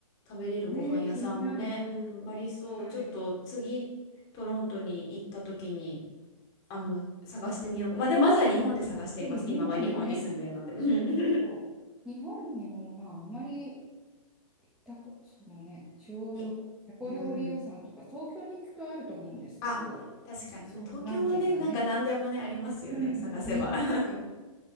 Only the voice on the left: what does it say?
食べれるご飯屋さんもね、
ありそう。
ちょっと次、トロントに行った時にあの探してみようかまあでまずは日本で探しています今は日本に住んでるのでうん
<laughs> に
うん
あ確かに、
まあ、東京はねなんか何でもねありますよね探せば
<laughs>